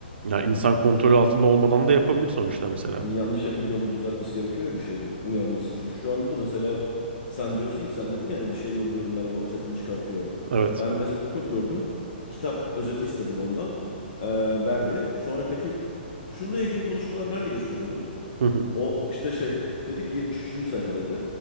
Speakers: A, on the right; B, on the left.
A: Ya insan kontrol altında olmadan da yapabilir sonuçta mesela.
B: Hani yanlış yapınca onu düzeltmesi gerekiyor ya bir şeyin uyarması. Çünkü şu anda da mesela sen diyorsun ki sen dedin ya hani bir şey yolluyorum ben ona özetini çıkartıyor.
A: Evet.
B: Ben mesela çok gördüm. Kitap özeti istedim ondan. Ee, verdi. Sonra peki şununla ilgili konuşmalar nerede geçiyor dedim.
A: <laughs>
B: O işte şey dedi ki 73. sayfa dedi.